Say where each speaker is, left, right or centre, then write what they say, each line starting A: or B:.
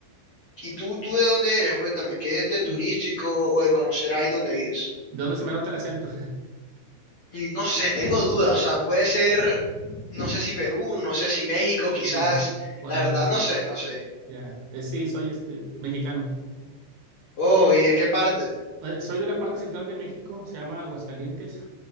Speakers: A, on the left (about 70°); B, on the right (about 70°).
A: ¿Y tú, tú de dónde eres? Cuéntame, ¿qué de
B: ¿De
A: turístico o de conocer ahí donde ides?
B: dónde se me nota el acento?
A: Mm, No sé, tengo dudas,
B: <laughs>
A: o sea, puede ser, no sé si Perú, no sé si México, quizás,
B: Ya, por
A: la
B: ahí
A: verdad
B: andas.
A: no sé, no sé.
B: Ya, Eh, sí, soy este mexicano.
A: Oh, ¿y de qué parte?
B: Eh, soy de la parte central de México, se llama Aguascalientes,